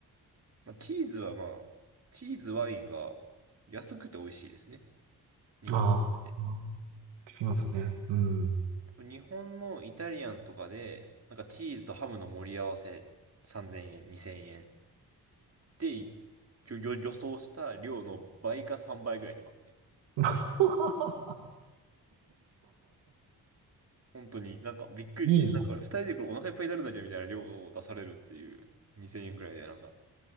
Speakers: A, on the right; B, on the right.
A: まあ、チーズはまあ、チーズ、ワインは安くて美味しいですね。日本と比べて。
B: ああ、聞きますね。うん。
A: 日本のイタリアンとかで、なんかチーズとハムの盛り合わせ3000円、2000円で、よよ予想した量の倍か3倍ぐらいいきますね。
B: <laughs>
A: 本当に、なんかびっくり、
B: いいな。
A: え、なんか二人でこれお腹いっぱいになるんだけどみたいな量を出されるっていう2000円ぐらいでなんか。